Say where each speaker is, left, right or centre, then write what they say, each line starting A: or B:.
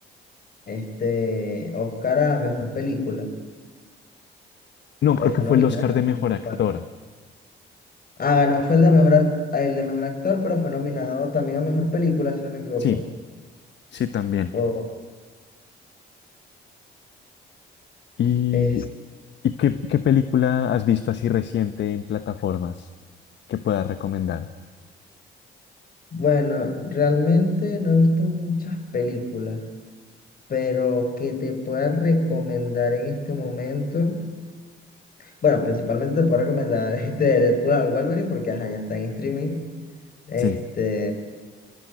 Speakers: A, on the left; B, on the left.
A: este Oscar a mejor película.
B: No, creo
A: O fue
B: que fue
A: nominada.
B: el Oscar de Mejor
A: no me
B: Actor.
A: acuerdo. Ah, ganó fue el de mejor, ac- el de mejor actor, pero fue nominado también a mejor película, si no me equivoco.
B: Sí, sí, también.
A: O-
B: ¿Y,
A: es,
B: y qué, qué película has visto así reciente en plataformas que puedas recomendar?
A: bueno, realmente no he visto muchas películas. pero que te pueda recomendar en este momento. Bueno, principalmente te puedo recomendar <laughs> este Deadpool al Wolverine porque ajá, ya está en streaming. Este,
B: Sí.